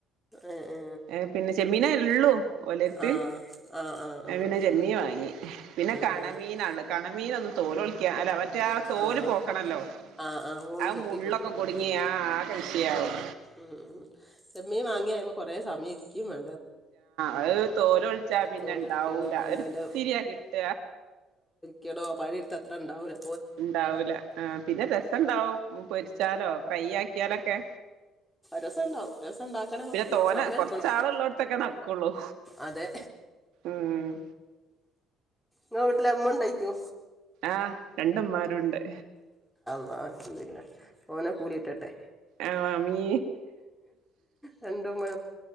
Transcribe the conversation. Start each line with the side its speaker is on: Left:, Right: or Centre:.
Centre: ഏ, ഏ.
Right: ഏർ പിന്നെ ചെമ്മീന ഉള്ളൂ ഓലട്ത്ത്.
Centre: ആ ആ ആ ആ ആ ആ
Right: ൻ പിന്നെ ചെമ്മീൻ വാങ്ങി പിന്നെ കണമീനാണ്
Centre: ആ
Right: കണമീന ഒന്നും തോലൊളിക്ക ആവൂല. മറ്റേ തോല്
Centre: ആ
Right: പോക്കണല്ലോ
Centre: ആ മോള്
Right: ആ
Centre: ചെത്തി
Right: മുള്ളൊക്കെ
Centre: കൊടുക്കണോ
Right: കുടുങ്ങിയാ ആ ആകെ വിഷയാവും.
Centre: ഉം ഉ ചെമ്മീൻ വാങ്ങിയായമേ കൊറെേ സമയം ഇരിക്കും വേ
Right: അത് തോല ഒളിച്ച. പിന്നെ
Centre: തോലെടുക്കണോ
Right: ഇണ്ടാവൂല
Centre: പിന്നെ
Right: ഒരു
Centre: അയ്ൻ്റെ
Right: ഇത്തിര്യാ കിട്ട.
Centre: കിടോ പനി എടുത്തത്ര ഇണ്ടാവൂല്ല.
Right: ണ്ടാവൂല ആ പിന്നെ രസുണ്ടാവും പൊരിച്ചാലോ ഫ്രൈ ആക്കിയാലൊക്കെ.
Centre: രസം ഇണ്ടാവും രസം ഉണ്ടാക്കണ കുറച്ച്
Right: പിന്നെ തോനെ
Centre: സമയ എടുക്കും.
Right: കൊറച്ചാളുള്ളോടത്തൊക്കെ നടക്കുള്ളൂ
Centre: അതെ.
Right: ഉം
Centre: ങ്ങളെ വീട്ടിൽ അമ്മണ്ടായിക്കോ.
Right: ആ് രണ്ടമാരുണ്ട്.
Centre: ആന്തല്ല ഓനെ കൂലിയിട്ടട്ടെ.
Right: ആഹ് മാമീ
Centre: രണ്ട്മ.